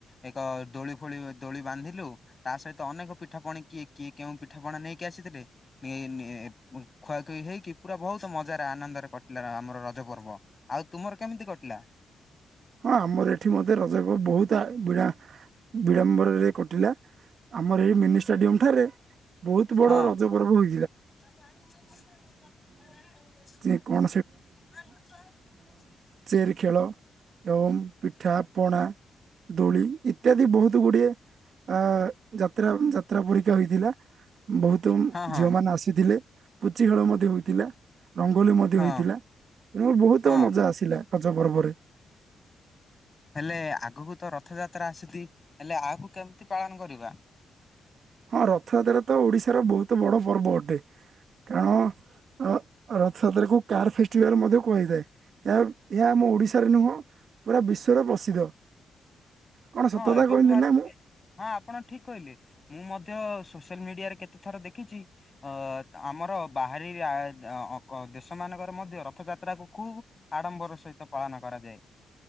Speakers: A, on the left; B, on the right.
A: ଏକ ଦୋଳି ଫୋଳି ଦୋଳି ବାନ୍ଧିଲୁ। ତା ସହିତ ଅନେକ ପିଠାପଣି କିଏ କିଏ କେଉଁ ପିଠାପଣା ନେଇକି ଆସିଥିଲେ। ନିଏଇ ନିଏ ଖୁଆଖୁଇ ହେଇକି ପୁରା ବହୁତ। ବହୁତ ମଜାରେ ଆନନ୍ଦରେ କଟିଲା ଆମର ରଜ ପର୍ବ ଆଉ ତୁମର କେମିତି କଟିଲା।
B: ହଁ ଆମର ଏଠି ମଧ୍ୟ <unintelligible> ବିଳାମ୍ବରରେ କଟିଲା ଆମର ଏଇ ମିନି ଷ୍ଟାଡିୟମ ଠାରେ। ବହୁତ ବଡ
A: ହଁ
B: ରଜପର୍ବ <unintelligible>
A: <unintelligible>
B: ଯେ କଣ ଚେରି ଖେଳ। ଏବଂ ପିଠା ପଣା ଦୋଳି ଇତ୍ୟାଦି ବହୁତ ଗୁଡିଏ ଅ ଯାତ୍ରା ଯାତ୍ରା ପରୀକା ହୋଇଥିଲା। ବହୁତ
A: ହଁ ହଁ
B: ଝିଅ ମାନ ଆସିଥିଲେ ପୁଚି ଖେଳ ମଧ୍ୟ ହଉଥିଲା। ରଙ୍ଗୋଲି ମଧ୍ୟ
A: ହଁ
B: ହେଇଥିଲା ମୁଁ ବହୁତ
A: ହଁ
B: ମଜା ଆସିଲା ରଜ ପର୍ବରେ।
A: ହେଲେ ଆଗକୁ ତ ରଥଯାତ୍ରା ଆସିତି ହେଲେ ଆକୁ କେମିତି ପାଳନ କରିବା।
B: ହଁ ରଥଯାତ୍ରା ତ ଓଡିଶାର ବହୁତ ବଡ଼ ପର୍ବ ଅଟେ କାରଣ। ଅ ରଥଯାତ୍ରା କୁ କାର ଫେଷ୍ଟିଭାଲ ମଧ୍ୟ କୁହାଯାଇଥାଏ। ଏହା ଏହା ଆମ ଓଡିଶାରେ ନୁହଁ ପୁରା ବିଶ୍ଵରେ ପ୍ରସିଦ୍ଧ। କଣ
A: ହଁ
B: ସତକଥା
A: ଏବେକୁ
B: କହିଲି
A: ମା
B: ନା ମୁଁ।
A: ହଁ ଆପଣ ଠିକ କହିଲେ ମୁଁ ମଧ୍ୟ ସୋସିଆଲ ମିଡିଆରେ କେତେ ଥର ଦେଖିଚି। ଅ ଆମର। ବାହାରି ଆ-ଅଁ-କ- ଦେଶ ମାନଙ୍କର ମଧ୍ୟ ରଥଯାତ୍ରାକୁ ଖୁବ। ଆଡ଼ମ୍ବର ସହିତ ପାଳନ କରାଯାଏ।